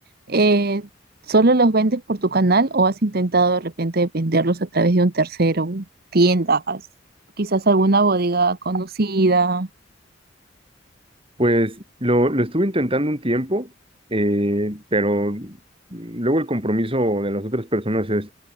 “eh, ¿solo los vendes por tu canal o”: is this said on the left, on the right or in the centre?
Right